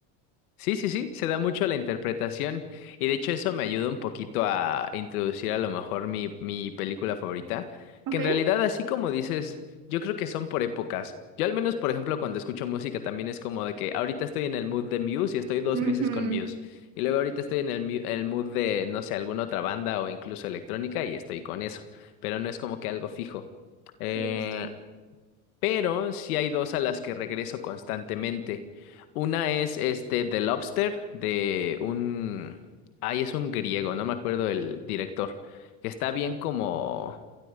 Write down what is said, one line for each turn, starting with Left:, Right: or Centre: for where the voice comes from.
Left: Sí, sí, sí, se da mucho la interpretación y de hecho eso me ayuda un poquito a introducir a lo mejor mi, mi película favorita,
Right: Ok.
Left: que en realidad así como dices, yo creo que son por épocas. Yo al menos, por ejemplo, cuando escucho música también es como de que ahorita estoy en el mood de Muse y estoy dos
Right: Ujú.
Left: meses con Muse y luego ahorita estoy en el, mu- el mood de, no sé, alguna otra banda o incluso electrónica y estoy con eso, pero no es como que algo fijo. Eh,
Right: Sí, justo.
Left: pero sí hay dos a las que regreso constantemente. Una es este The Lobster de un... Ay, es un griego, no me acuerdo el director, que está bien como